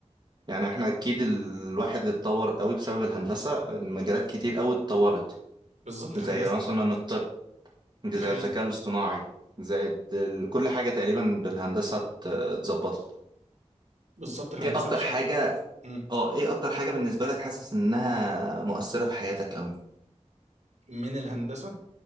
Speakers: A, on the right (about 40°); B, on the right (about 70°).
A: يعني احنا اكيد ال- الواحد اتطور قوي بسبب الهندسة المجالات كتير قوي اتطورت
B: بالظبط الهندسة
A: زي مثلا الطب زي
B: دي حقيقة
A: الذكاء الاصطناعي زي ال- كل حاجة تقريبا بالهندسة ات- اتظبطت
B: بالظبط الهندسة
A: ايه اكتر
B: بشكل
A: حاجة
B: مم.
A: اه ايه اكتر حاجة بالنسبة لك حاسس انها مؤثرة في حياتك قوي
B: من الهندسة